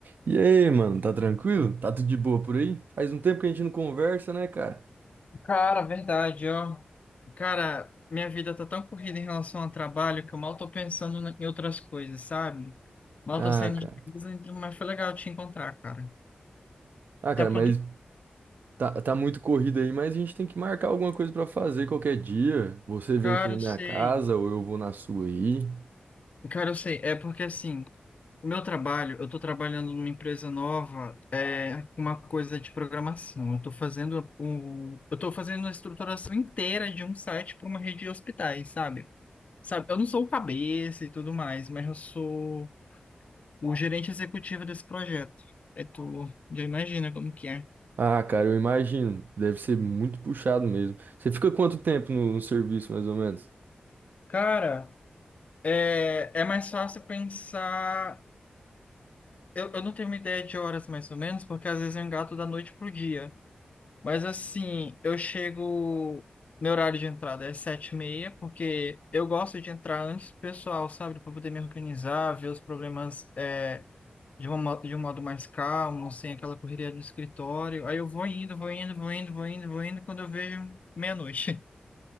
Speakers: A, on the right (about 80°); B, on the left (about 50°).
A: E aí, mano, tá tranquilo? Tá tudo de boa por aí? Faz um tempo que a gente não conversa, né, cara?
B: Cara, verdade, ó. Cara, minha vida tá tão corrida em relação ao trabalho que eu mal tô pensando na- em outras coisas, sabe? Mal
A: Ah,
B: tô saindo
A: cara.
B: de casa, então- mas foi legal te encontrar, cara.
A: Ah, cara,
B: Tá pronto?
A: mas tá, tá muito corrido aí, mas a gente tem que marcar alguma coisa pra fazer qualquer dia. Você vem
B: Cara,
A: aqui na
B: eu
A: minha
B: sei.
A: casa ou eu vou na sua aí.
B: Cara, eu sei. É porque assim, o meu trabalho, eu tô trabalhando numa empresa nova, é uma coisa de programação. Eu tô fazendo o, eu tô fazendo a estruturação inteira de um site para uma rede de hospitais, sabe? Sabe, eu não sou o cabeça e tudo mais, mas eu sou o gerente executivo desse projeto. Aí tu já imagina como que é.
A: Ah, cara, eu imagino. Deve ser muito puxado mesmo. Você fica quanto tempo no, no serviço, mais ou menos?
B: Cara, é, é mais fácil pensar. Eu, eu não tenho uma ideia de horas mais ou menos, porque às vezes eu engato da noite pro dia. Mas assim, eu chego. Meu horário de entrada é sete e meia, porque eu gosto de entrar antes do pessoal, sabe? Para poder me organizar, ver os problemas é, de, uma, mo- de um modo mais calmo, sem aquela correria do escritório. Aí eu vou indo, vou indo, vou indo, vou indo, vou indo, quando eu vejo meia-noite.